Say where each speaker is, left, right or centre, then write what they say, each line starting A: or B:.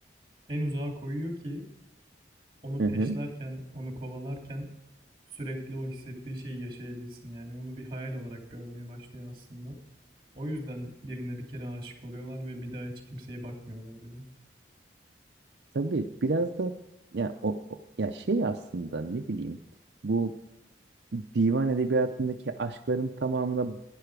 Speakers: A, on the right (about 25°); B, on the right (about 65°).
A: en uzağa koyuyor ki onu
B: hı
A: peşlerken,
B: hı.
A: onu kovalarken sürekli o hissettiği şeyi yaşayabilsin. Yani onu bir hayal olarak görmeye başlıyor aslında. O yüzden birine bir kere aşık oluyorlar ve bir daha hiç kimseye bakmıyorlar bile.
B: Tabii biraz da ya o, o- ya şey aslında ne bileyim bu divan edebiyatındaki aşkların tamamına